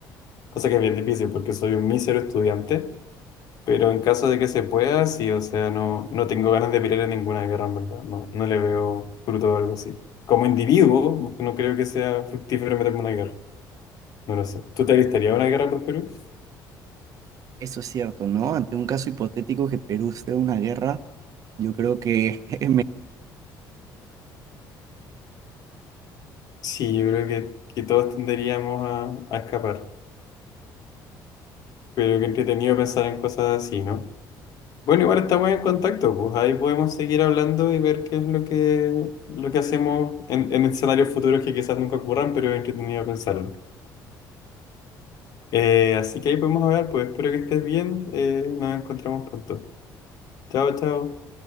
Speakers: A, on the left; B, on the right.
A: Cosa que es bien difícil porque soy un mísero estudiante Pero en caso de que se pueda, sí, o sea, no, no tengo ganas de pelear en ninguna guerra, en verdad. No, no le veo fruto a algo así. Como individuo, no creo que sea fructífero meterme en una guerra. No lo sé. ¿Tú te alistarías a una guerra por Perú?
B: Eso es cierto, ¿no? Ante un caso hipotético que Perú esté en una guerra, yo creo que <laughs>
A: Sí, yo creo que, que todos tenderíamos a, a escapar. Pero qué entretenido pensar en cosas así, ¿no? Bueno, igual estamos en contacto, pues ahí podemos seguir hablando y ver qué es lo que, lo que hacemos en, en escenarios futuros que quizás nunca ocurran, pero es entretenido pensarlo. Eh, así que ahí podemos hablar, pues espero que estés bien. eh, nos encontramos pronto. Chao, chao.